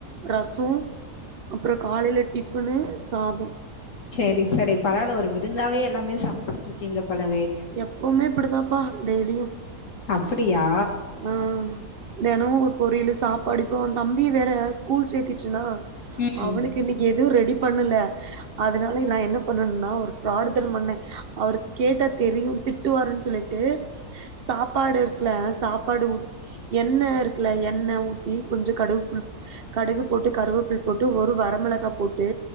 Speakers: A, on the right (about 55°); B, on the left (about 60°).
A: ரஸ்சோ அப்றோ காலையில டிஃபனு சாதோ
B: சேரி சேரி பரவால்ல ஒரு விருந்தாவே எல்லாமே சமச்சிட்டு இருக்கீங்க போலவே
A: எப்வுமே இப்டிதாப்பா டெய்லியு
B: அப்பிடியா
A: ஆ தெனமு ஒரு பொரியலு சாப்பாடு இப்போ தம்பி வேற ஸ்கூல் சேத்திட்டனா
B: ம்,
A: அவுனுக்கு இன்னக்கி எதுவு ரெடி பண்ணல அதனால நா என்ன பண்ணுன்னா ஒரு ஃபிராடுதனோ பண்ண அவுரு கேட்டா தெரியு திட்டுவாருன்னு சொல்லிட்டு சாப்பாடு இருக்குல சாப் பாடு ஊத் எண்ணெ இருக்குல எண்ணெ ஊத்தி கொஞ்சோ கடுவு பு கடுகு போட்டு கருவப்புல போட்டு ஒரு வரமிளகா போட்டு